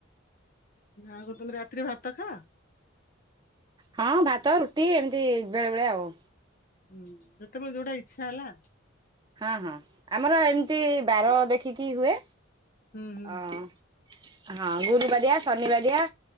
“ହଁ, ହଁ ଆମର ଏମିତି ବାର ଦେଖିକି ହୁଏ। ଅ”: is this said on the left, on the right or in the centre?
Right